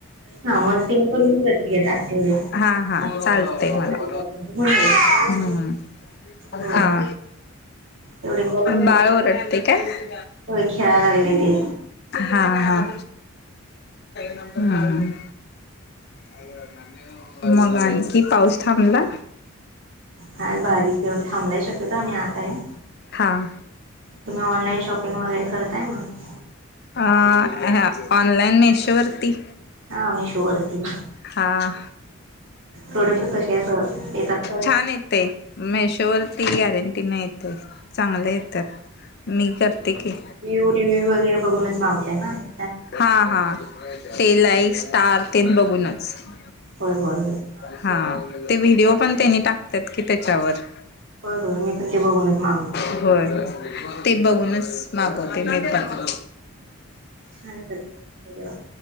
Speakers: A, on the right (about 65°); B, on the left (about 45°).
A: हा मग तिन कॉल घेऊन जातील हे त्यात तेवढे.
B: हां हां चालतेय
A: पाच
B: मलां
A: साडेपाच पर्यंत होऊन जाईल
B: हम्मं
A: हो
B: हां
A: तेवढे कॉल होऊन जातील
B: बाळं वोरडतेय कायं
A: होय खेळायला लागले ते
B: हां हां हम्मं मले लागणारं नाहीं हो मंग आणखी पाऊस थांबला
A: हांय बारीक एवढ थांबलाय शक्यतोवर मी आंत हांय
B: हां
A: तुम्हीं ऑनलाईन शॉपिंग वगैरें करताय मंग
B: हां ऑनलाईन मेशोवरती
A: हां मेशोवरती
B: हां
A: थोडं कशी असं येतांत
B: छांन हांयत ते मेशोवरती गॅरंटीन नाहीं येतंय चांगले येतांत मी करते की
A: विव्हूं रिव्हूं वगैरें बघूंनचं मागूं यांत नां
B: हां हां ते लाईक स्टार्स ते बघूंनचं
A: होयं होयं हो
B: हां ते व्हिडिओ पणं तेनी टाकतांत की त्यांच्यावर
A: होयं होयं मी पणं ते बघूंनचं मागवतो
B: होयं ते बघूंनचं मागवते मी पणं
A: असं चं हेयं